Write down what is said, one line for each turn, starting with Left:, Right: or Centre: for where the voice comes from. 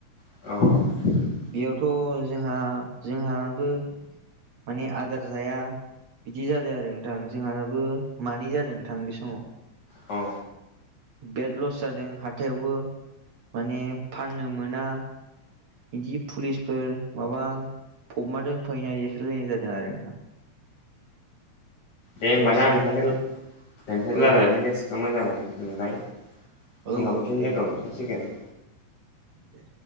Left: औ
Right: यावथ' जोंहा जोंहाबो माने आदार जाया बिदि जादों आरो नोंथां जोंहहाबो मानै जादों नोंथां बे समाव
Left: औ
Right: बिराद लस जादों हाथायावबो माने फाननो मोना बिदि पुलिसफोर माबा फबना दोनफैनाय एसायलायनाय जादों आरो।
Left: दे होमबाना
Right: लस जानानै
Left: नोंथ नोंथ
Right: माने
Left: रायलायनानै
Right: औ औ
Left: गासग बेखौ मोजां मोनबाय उनाव
Right: औ
Left: हमफिन
Right: दे
Left: लोगो
Right: होमबा
Left: हमफिनसिगोन।
Right: नोंथां दे